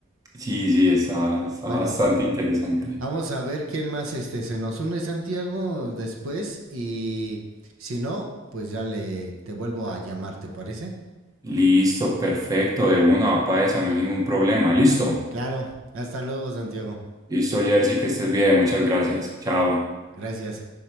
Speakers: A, on the right; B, on the right.
A: Sí, sí, está, está
B: Bueno,
A: bastante interesante.
B: vamos a ver quién más este, se nos une Santiago después y si no, pues ya le te vuelvo a llamar, ¿te parece?
A: Listo, perfecto, de una, papá, esa, no hay ningún problema. Listo.
B: Claro, hasta luego Santiago.
A: Listo, Jersey, que estés bien, muchas gracias. Chao.
B: Gracias.